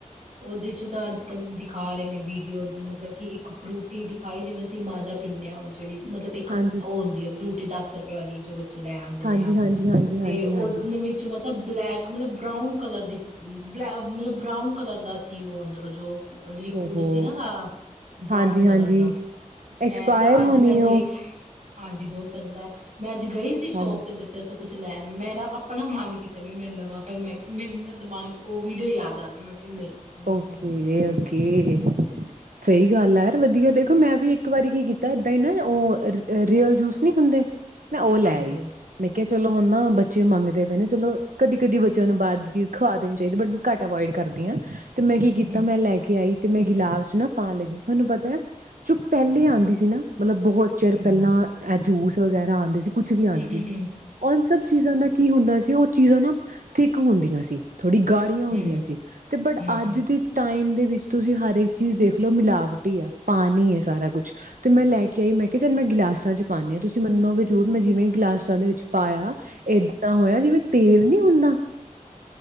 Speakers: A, on the right; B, on the right.
A: ਉਹਦੇ ਚੋਂ ਤਾਂ ਅੱਜ ਕੱਲ ਦਿਖਾ ਰਹੇ ਨੇ ਵੀਡੀਓ ਮਤਲਬ ਕਿ ਇੱਕ ਫਰੂਟ ਟੀ ਦਿਖਾਈ ਜਿਵੇਂ ਅਸੀ ਮਾਜਾ ਪੀਨਦੇ ਹ ਜਿਹੜੀ ਮਤਲਬ ਇੱਕ
B: ਹਾਂਜੀ
A: ਉਹ ਹੁੰਦੀ ਹੈ ਫਰੂਟੀ ਦਸ ਰੁਪਏ ਵਾਲੀ ਜੋ ਬੱਚੇ ਲੈ
B: ਹਾਂਜੀ ਹਾਂਜੀ ਹਾਂਜੀ
A: ਤੇ
B: ਹਾਂਜੀ
A: ਉਹਦੇ
B: ਹਾਂਜੀ
A: ਵਿੱਚ ਮਤਲਬ ਬਲੈਕ ਮਤਲਬ ਬਰਾਊਨ ਕਲਰ ਦੀ ਬਲੈ ਮਤਲਬ ਬਰਾਊਨ ਕਲਰ ਦਾ ਸੀ ਉਹ ਅੰਦਰੋਂ ਜੋ ਲਿਕੁਡ
B: ਓਹੋ
A: ਸੀ ਨਾ ਸਾਰਾ ਬਰਾਊਨ
B: ਹਾਂਜੀ
A: ਕਲਰ
B: ਹਾਂਜੀ
A: ਦਾ ਮੈਂ
B: ਐਕਸਪਾਇਰ
A: ਤਾਂ ਅੱਜ
B: ਹੋਣੀ
A: ਮੈਂ ਗਈ
B: ਉਹ
A: ਸੀ ਹਾਂਜੀ ਹੋ ਸਕਦਾ ਮੈਂ ਅੱਜ ਗਈ ਸੀ ਸ਼ੋਪ
B: ਹਾਂਜੀ
A: ਬੱਚਿਆਂ ਕੁੱਛ ਲੈਣ ਮੈਂ ਨਾ ਆਪਣਾ ਮਨ ਕੀਤਾ ਵੀ ਮੈਂ ਲਵਾਂ ਫਿਰ ਮੈਂ ਮੇਰੇ ਨਾ ਦਿਮਾਗ ਚ ਉਹ ਵੀਡੀਓ ਯਾਦ ਆ ਗ ਮੈਂ ਕਿਹਾ ਨਹੀਂ ਉਹ ਨੀ
B: ਓਕੇ
A: ਲੈਣੀ
B: ਓਕੇ ਸਹੀ ਗੱਲ ਹੈਾਰ ਵਧੀਆ ਦੇਖੋ ਮੈਂ ਵੀ ਇੱਕ ਵਾਰੀ ਕੀ ਕੀਤਾ ਏਦਾਂ ਹੀ ਨਾ ਉਹ ਰੀਅਲ ਜੂਸ ਨਹੀਂੀ ਹੁੰਦੇ ਮੈਂ ਉਹ ਲੈ
A: ਹਾਂਜੀ
B: ਈ
A: ਹਾਂਜੀ
B: ਮੈਂ ਕਿਹਾ ਚਲੋ ਨਾ ਬੱਚੇ ਮੰਗਦੇ ਪਏ ਨੇ ਚਲੋ ਕਦੀ ਕਦੀ ਬੱਚਿਆਂ ਨੂੰ ਬਾਹਰ ਦੀ ਚੀਜ਼ ਖਵਾ ਦੇਣੀ ਚਾਹੀਦੀ ਬਟ ਘੱਟ ਅਵੋਇਡ ਕਰਦੀ ਆ ਤੇ ਮੈਂ ਕੀ ਕੀਤਾ
A: ਹਮ
B: ਮੈਂ ਲੈ ਕੇ ਆਈ ਤੇ ਮੈਂ ਗਿਲਾਸ ਚ ਨਾ ਪਾਉਣ ਲੱਗੀ ਤੁਹਾਨੂੰ ਪਤਾ ਹੈ ਜੋ ਪਹਿਲੇ ਆਉਂਦੀ ਸੀ ਨਾ ਮਤਲਬ ਬਹੁਤ ਚਿਰ
A: ਹਮ
B: ਪਹਿਲਾਂ ਜੂਸ ਵਗੈਰਾ ਆਉਂਦੇ ਸੀ। ਕੁਛ ਵੀ ਆਉਂਦੇ
A: ਹਮ
B: ਸੀ
A: ਹਮ
B: ਉਂਝ। ਸਭ ਚੀਜ਼ਾਂ ਦਾ ਕੀ ਹੁੰਦਾ ਸੀ ਉਹ ਚੀਜ਼ਾਂ ਨਾ ਥਿੱਕ ਹੁੰਦੀਆਂ ਸੀ। ਥੋੜ੍ਹੀ ਗਾੜੀਆ ਹੁੰਦੀਆਂ
A: ਹਮ
B: ਸੀ ਤੇ ਬਟ।
A: ਹਮ
B: ਅੱਜ ਦੇ ਟਾਈਮ ਦੇ। ਵਿੱਚ ਤੁਸੀਂ ਹਰ ਇੱਕ ਚੀਜ਼ ਦੇਖ ਲਓ ਮਿਲਾਵਟੀ ਆ ਪਾਣੀ ਹੈ ਸਾਰਾ ਕੁਛ ਤੇ ਮੈਂ ਲੈ ਕੇ ਆਈ ਮੈਂ ਕਿਹਾ ਚੱਲ ਮੈਂ ਵਿੱਚ ਗਿਲਾਸਾਂ ਚ ਪਾਉਦੀ ਹਾਂ ਤੁਸੀਂ ਮੰਨੋਗੇ ਜੂਠ ਮੈਂ ਜਿਵੇਂ ਗਿਲਾਸਾਂ ਦੇ ਵਿੱਚ ਪਾਇਆ ਏਦਾਂ ਹੋਇਆ ਜਿਵੇਂ ਤੇਲ ਨੀ ਹੁੰਦਾ।